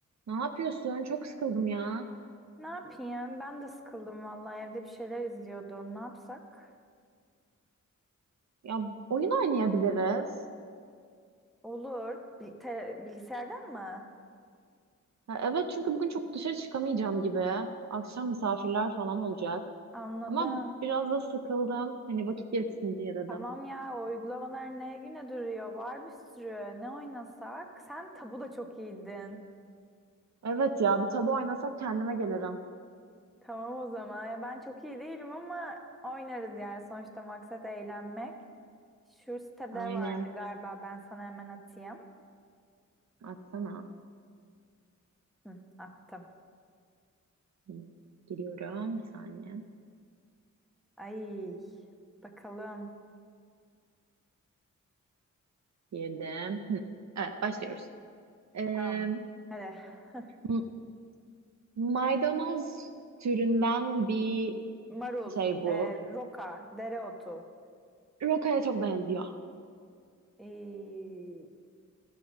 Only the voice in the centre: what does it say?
Ne yapayım? Ben de sıkıldım vallahi evde bir şeyler izliyordum. Ne yapsak?
Olur. Bil- te- bilgisayardan mı?
Anladım.
Tamam ya o uygulamalar ne güne duruyor? Var bir sürü. Ne oynasak? Sen tabu da çok iyiydin.
Tamam o zaman. Ya ben çok iyi değilim ama oynarız yani sonuçta maksat eğlenmek. Şu sitede
vardı galiba ben sana hemen atayım.
Hı, attım.
Ay bakalım.
Tamam. Hadi. <laughs>
Marul,
e, roka, dereotu,
ee,